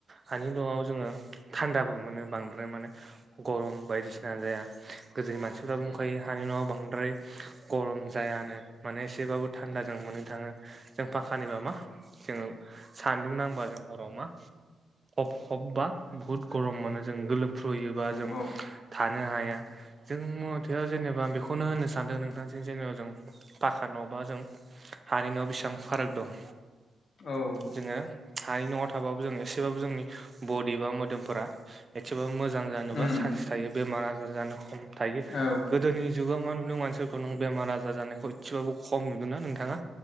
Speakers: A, on the right; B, on the left.
A: हानि न'आव जोङो थान्दाबो मोनो बांद्राय माने गरम बायदिसिना जाया गोदोनि मानसिफोरा बुंख फै हानि न'आव बांद्राय गरम जायानो माने एसेबाबो थान्दा जों मोननो थाङो। जों फाखानिबा मा जोङो सान्दुं नां बा जों हराव मा हब-हब बा बहुद गरम मोनो जों गोलोम फ्रुयोबा जों
B: औ
A: थानो हाया जों मथेबा जेनेबा बेखौनो होननो सानदों नोंथांसिम जेनेबा जों। पाखा न' बा जों हानि न' बेसेबां फाराग दं
B: औ औ
A: जोङो हानि न'आव थाबाबो जों एसेबाबो जोंनि बडि बा मोदोमफोरा। एसेबाबो मोजां जानोबा
B: उम
A: चान्स थायो बेमार आजार जानो खम थायो
B: औ
A: गोदोनि जुगाव मा नुदों मानसिफोरखौ नों बेमार आजार जानायखौ एसेबाबो खम नुदोंना नोंथाङा?